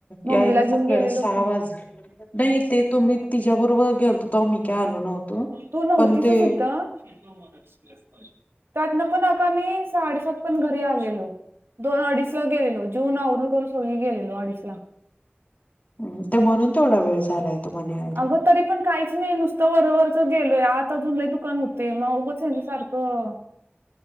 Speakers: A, on the right (about 75°); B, on the left (about 40°).
A: मम्मीला
B: यायलाच
A: घेऊन
B: आपल्याला
A: गेलेलो
B: सहा
A: की
B: वाजलं नाही ते तु्ी तिच्याबरोबर त ममी काय आलो नव्हतो.
A: तू नव्हतीस
B: पण ते
A: सिद्ध त्यातन पण आका मी साडेसात पण घरी आलेलो. दोन अडीच ला गेलेलो जून आवरून करून सगळी गेलेलो अडीच ला.
B: हम ते म्हणून थोडा वेळ झालाय. तुम्हाला यायला
A: अगं तरी पण काहीच नाही नुसतं वरोबरच गेलोय आता अजूनला दुकान होते मग चच्या सारखं.